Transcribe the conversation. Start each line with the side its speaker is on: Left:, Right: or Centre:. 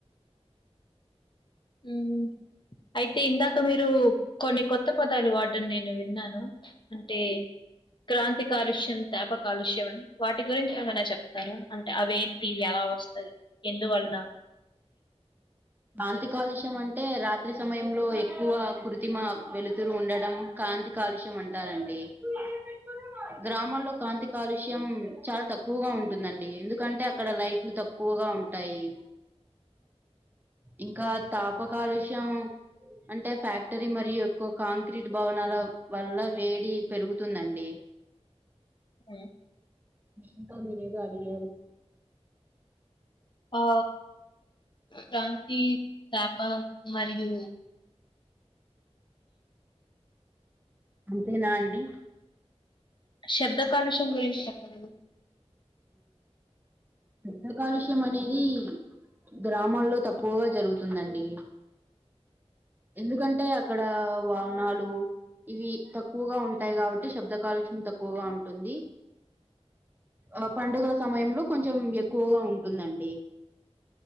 Left: ఉ అయితే ఇందాక మీరు కొన్ని కొత్త పదాలు వాడడం నేను విన్నాను అంటే క్రాంతి కాలుష్యం త్యాప కాలుష్యం అని వాటి గురించి ఏమైనా చెప్తారా అంటే అవేంటి ఎలా వస్త ఎందు వాళ్ళనా
Right: కాంతి కాలుష్యం అంటే అయితే రాత్రి సమయంలో ఎక్కువ కృత్రిమ వెలుతురు ఉండడం కాంతి కాలుష్యం అంటారండి టి గ్రామాల్లో కాంతి కాలుష్యం చాలా తక్కువగా ఉంటుందండి ఎందుకంటే అక్కడ లైట్లు తక్క్ క్కువగా ఉంటాయి ఇంకా తాప కాలుష్యం అంటే ఫ్యాక్టరీ మరియు ఎక్కువ కాంక్రీట్ భవనాల వల్ల వేడి పెరుగుతుందండి
Left: మ్మ్.
Right: ఇంకా మీరేదో అడిగారు
Left: ఆ ప్రంతి సాప మరియు
Right: అంతేనా అండి
Left: శబ్ద కాలుష్యం గురించి చెప్పలేదు
Right: శబ్ద కాలుష్యం అనేది గ్రామాల్లో తక్కువగా జరుగుతుందండి ఎందుకంటే అక్కడ వాహనాలు ఇవి తక్కువగా ఉంటాయి కాబట్టి శబ్ద కాలుష్యం తక్కువగా ఉంటుంది ఆ పండుగల సమయంలో కొంచెం ఎక్కువగా ఉంటుందండి